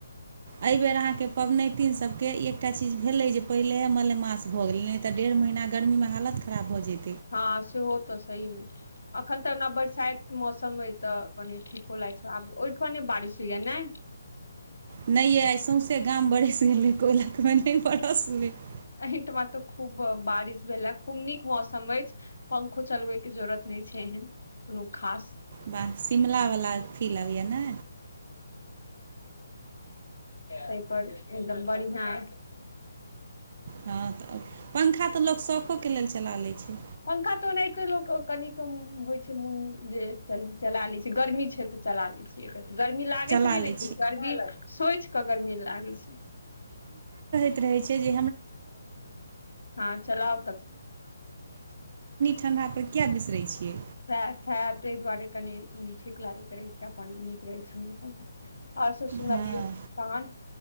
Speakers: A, on the right (about 45°); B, on the left (about 65°).
A: एहिबर अहाँके पबनैतिन सभकेँ एकटा चीज भेलै जे पहिले मलमास भऽ गेलै नहि तऽ डेढ़ महिना गर्मी में हालत खराब भऽ जाइतै
B: हँ से हो तऽ सहीमे एखन तऽ ओना बरसाइत मौसम अइ तऽ कनि ठीको लागैत छै आब ओहिठमा नहि बारिश होइएा नहि
A: नहि य आइ सौंसे गाम बरस गेलै कोयलकमे नहि बरसलै <unintelligible>
B: एहिठमा तो खूब बारिश भेले खूब नीक मौसम अछि पंखो चलबे के जरूुरत नहि छै एहन कोनो खास
A: वाह शिमलावला फील आबए ने
B: एहिप एकदम बढ़िआँ
A: हँ तऽ पंखा तऽ लोक शौकोके लेल चला लैत छै
B: पंखा तऽ ओनाहिते लोक कनिक होइ छै मोन जे चला लै छै गर्मी छै तऽ च गर्मी लागैत
A: चला
B: त नहि
A: लै
B: रहे छै गर्मी सोच कऽ गर्मी लागै छै
A: च क क अ च <unintelligible>
B: हँ चलाउ तऽ
A: ठंडा कें किया बिसरै छियै
B: सए ताहि दुआरे कनी ठीक लागैत रहै छै अपन नीक रहैत सु आओर सब सुनबियौ
A: हँ
B: तहन